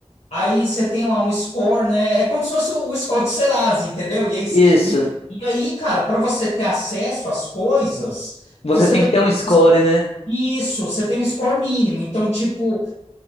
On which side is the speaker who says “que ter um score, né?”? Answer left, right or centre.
Left